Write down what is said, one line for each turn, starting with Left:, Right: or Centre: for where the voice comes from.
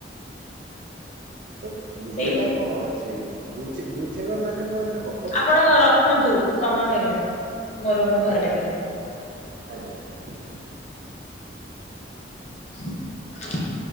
Right: ତ ବୁଝେଇବା
Left: ସେଇ
Right: କଣ ଅଛି ବୁଝେ ବୁଝେଇବା ମାନେ କହିଲେ ଗ
Left: ଆପଣ ରଖନ୍ତୁ ସମୟ ହେଇଗଲାଣି ମୋର ମୋ ଘରେ
Right: ଆଜ୍ଞା
Left: ଡାକିଲେଣି।
Right: ଆଜ୍ଞା।
Left: <inaudible>